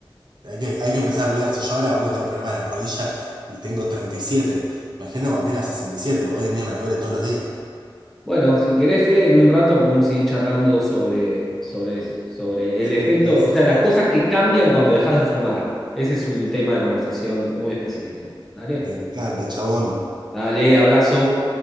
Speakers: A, on the right; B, in the centre.
A: hay que, hay que empezar a cuidarse. Yo ahora, boludo, tengo problemas de la rodilla y tengo treinta y siete Imagínate cuando tenga sesenta y siete hoy en día me duele todos los días.
B: bueno, si querés, Fede, en un rato podemos seguir charlando sobre, sobre eso, sobre
A: Sobre
B: el efecto,
A: vicios.
B: o sea, las cosas que cambian cuando dejas de fumar. Ese es un tema de conversación muy específico. Dale,
A: Me encanta, chabón.
B: dale, abrazo.